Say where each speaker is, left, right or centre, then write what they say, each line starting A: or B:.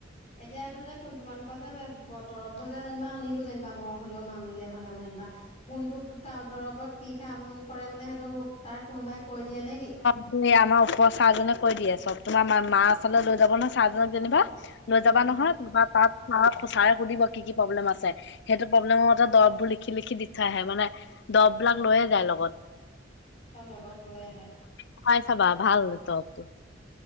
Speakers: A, on the left; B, on the left.
A: এতিয়া এইটো যে কোন তোমালোকৰ যে ব দৰববো যে যেনিবা আনিলো যেনিবা মই হলেও মামিলে হলেও যেনিবা কোনটো কাৰ দৰবত কি কাম কৰে মানে সেইটো তাৰ কোনোবাই কৈ দিয়ে নে কি
B: এ আমাৰ ওপৰ চাৰজনে কৈ দিয়ে চব তোমাৰ মা মা ওচলে লৈ যাব নহয় চাৰ্জনক যেনিবা লৈ
A: উম
B: যাবা নহয় কোনোবা তাত অ আক চাৰে সুধিব কি কি প্ৰব্লেম আছে সেইটো প্ৰব্লেমতে দৰববোৰ লিখি লিখি দি থই আহে মানে দববিলাক লৈয়ে যায় লগত।
A: অ লগত লৈ আহে।
B: খাই চাবা ভাল দবতো।